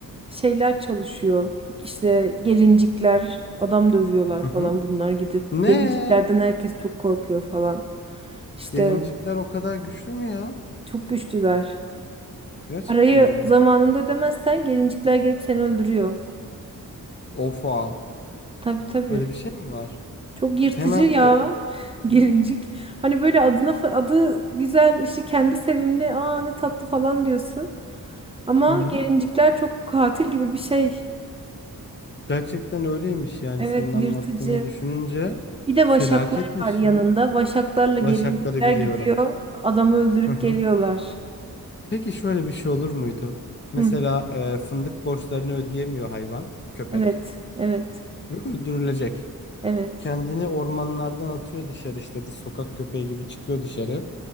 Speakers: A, on the right (about 15°); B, on the left (about 30°).
A: şeyler çalışıyor. İşte gelincikler, adam dövüyorlar
B: Hı
A: falan
B: hı.
A: bunlar gidip.
B: Ne?
A: Gelinciklerden herkes çok korkuyor falan. İşte
B: Gelincikler o kadar güçlü mü ya?
A: çok güçlüler.
B: Gerçekten
A: Parayı
B: mi?
A: zamanında ödemezsen gelincikler gelip seni öldürüyor.
B: Ofa.
A: Tabii tabii.
B: Öyle bir şey mi var?
A: Çok yırtıcı
B: Hemen
A: ya.
B: o...
A: <laughs>
B: Hı
A: Gelincik.
B: hı.
A: Hani böyle adına fa- adı güzel işte kendi sevimli. Aa ne tatlı falan diyorsun. Ama
B: Hı hı.
A: gelincikler çok katil gibi bir şey.
B: Gerçekten öyleymiş yani
A: Evet,
B: senin anlattığını
A: yırtıcı.
B: düşününce
A: Bir de
B: felaketmiş
A: vaşaklar var yanında.
B: ya.
A: Vaşaklarla
B: Başakları
A: gelincikler
B: biliyorum.
A: gidiyor. Adamı öldürüp
B: Hı hı.
A: geliyorlar.
B: Peki şöyle bir şey olur muydu? Mesela
A: Hı,
B: e, fındık borçlarını ödeyemiyor hayvan, köpek
A: evet, evet,
B: ve öldürülecek.
A: evet.
B: Kendini ormanlardan atıyor dışarı işte de sokak köpeği gibi çıkıyor dışarı.